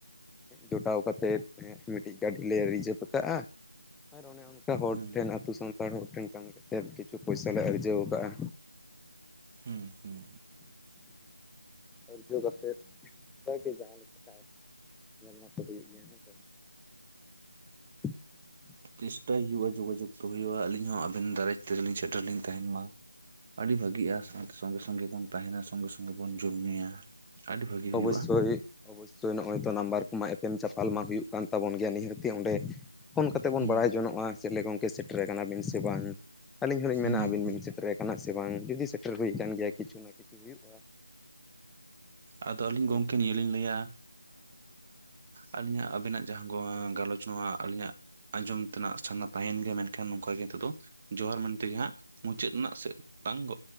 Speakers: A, in the centre; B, on the right.
A: ᱡᱚᱴᱟᱣ ᱠᱟᱛᱮᱫ ᱢᱤᱫᱴᱤᱡ ᱜᱟᱹᱰᱤ ᱞᱮ ᱨᱤᱡᱟᱹᱵᱷ ᱟᱠᱟᱫᱼᱟ, ᱟᱨ ᱚᱱᱮ ᱚᱱᱠᱟ ᱦᱚᱲ
B: ᱦᱩᱸ
A: ᱴᱷᱮᱱ ᱟᱹᱛᱩ ᱥᱟᱱᱛᱟᱲ ᱦᱚᱲ ᱴᱷᱮᱱ ᱠᱟᱹᱢᱤ ᱠᱟᱛᱮᱫ ᱠᱤᱪᱷᱩ ᱯᱚᱭᱥᱟ ᱞᱮ ᱟᱨᱡᱟᱹᱣ ᱟᱠᱟᱫᱼᱟ᱾
B: ᱦᱩᱸ ᱦᱩᱸ,
A: ᱟᱨᱡᱚ ᱠᱟᱛᱮᱫ ᱡᱟᱜᱮ ᱡᱟᱦᱟᱸ ᱞᱮᱠᱟ ᱧᱮᱞ ᱢᱟᱛ ᱦᱩᱭᱩᱜ ᱜᱮᱭᱟ ᱦᱮᱸ ᱥᱮ, <inaudible>
B: ᱪᱮᱥᱴᱟᱭ ᱦᱩᱭᱩᱜᱼᱟ ᱡᱳᱜᱟᱡᱳᱜᱽ ᱫᱚ ᱦᱩᱭᱩᱜᱼᱟ ᱟᱹᱞᱤᱧ ᱦᱚᱸ ᱟᱹᱵᱮᱱ ᱫᱟᱨᱟᱭ ᱛᱮᱞᱤᱧ ᱥᱮᱴᱮᱨ ᱞᱤᱧ ᱛᱟᱦᱮᱱ ᱢᱟ, ᱟᱹᱰᱤ ᱵᱷᱟᱹᱜᱤᱜᱼᱟ ᱥᱟᱶᱛᱮ ᱥᱚᱸᱜᱮ ᱥᱚᱸᱜᱮ ᱵᱚᱱ ᱛᱟᱦᱮᱱᱟ ᱥᱚᱸᱜᱮ ᱥᱚᱸᱜᱮ ᱵᱚᱱ ᱡᱚᱢᱼ ᱧᱩᱭᱟ, ᱟᱹᱰᱤ ᱵᱷᱟᱹᱜᱤ ᱦᱩᱭᱩᱜᱼᱟ
A: ᱚᱵᱚᱥᱥᱳᱭ ᱚᱵᱚᱥᱥᱳᱭ ᱱᱚᱜᱼᱚᱭ ᱛᱚ ᱱᱟᱢᱵᱟᱨ, ᱮᱯᱮᱢ ᱪᱟᱯᱟᱞ ᱢᱟ ᱦᱩᱭᱩᱜ ᱠᱟᱱ ᱛᱟᱵᱚᱱ ᱜᱮᱭᱟ ᱱᱤᱦᱟᱹᱛᱤ ᱚᱸᱰᱮ ᱯᱷᱳᱱ ᱠᱟᱛᱮ ᱵᱚᱱ
B: ᱦᱩᱸ
A: ᱵᱟᱲᱟᱭ ᱡᱚᱱᱚᱜᱼᱟ ᱪᱮᱫ ᱜᱚᱝᱠᱮ, ᱥᱮᱴᱮᱨᱮ ᱟᱠᱟᱱᱟ ᱵᱤᱱ ᱥᱮ ᱵᱟᱝ ᱟᱹᱞᱤᱧ ᱦᱚᱞᱤᱧ
B: ᱦᱩᱸ
A: ᱢᱮᱱᱟ
B: ᱦᱩᱸ
A: ᱟᱹᱵᱤᱱ ᱵᱤᱱ ᱥᱮᱴᱮᱨᱟ ᱟᱠᱟᱱᱟ ᱥᱮ ᱵᱟᱝ ᱡᱩᱫᱤ, ᱥᱮᱴᱮᱨ ᱦᱩᱭ ᱟᱠᱟᱱ ᱜᱮᱭᱟ ᱠᱤᱪᱷᱩ ᱱᱟ ᱠᱤᱪᱷᱩ ᱦᱩᱭᱩᱜᱼᱟ,
B: ᱟᱫᱚ ᱟᱹᱞᱤᱧ
A: ᱦᱳᱭ
B: ᱜᱚᱝᱠᱮ ᱱᱤᱭᱟᱹ ᱞᱤᱧ ᱞᱟᱹᱭᱟ, ᱟᱹᱞᱤᱧᱟᱜ ᱟᱵᱮᱱᱟᱜ ᱡᱟᱦᱟᱸ ᱜᱟᱞᱚᱪ ᱱᱚᱣᱟ ᱟᱹᱞᱤᱧᱟᱜ ᱟᱸᱡᱚᱢ, ᱱᱟᱜ ᱥᱟᱱᱟ ᱛᱟᱦᱮᱱ ᱜᱮᱭᱟ ᱢᱮᱱᱠᱷᱟᱱ ᱱᱚᱝᱠᱟ ᱜᱮ ᱱᱤᱛᱚᱜ ᱫᱚ ᱡᱚᱦᱟᱨ ᱢᱮᱱᱛᱮᱜᱮ ᱦᱟᱸᱜ ᱢᱩᱪᱟᱹᱫ ᱨᱮᱱᱟᱜ ᱥᱮᱫ ᱵᱟᱝ ᱜᱚ